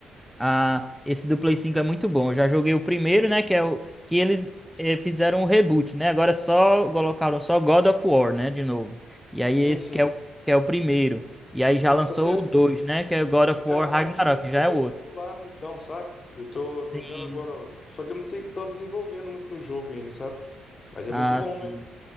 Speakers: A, in the centre; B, on the left.
A: ah, esse do Play cinco é muito bom. Eu já joguei o primeiro, né? Que é o que eles eh, fizeram o reboot, né? Agora só colocaram só God of War, né? De novo. E aí
B: Sim,
A: esse
B: sim.
A: que é o, que é o primeiro. E aí já
B: Então
A: lançou
B: tem a,
A: o 2, né? Que é o God of
B: é
A: War
B: a parte
A: Ragnarok,
B: um
A: que
B: que
A: já
B: eu devo
A: é o outro.
B: ter pulado, então, sabe? Eu tô jogando
A: Sim.
B: agora, só que eu não tenho, tô desenvolvendo muito no jogo ainda, sabe? Mas é
A: Ah,
B: muito bom,
A: sim.
B: né?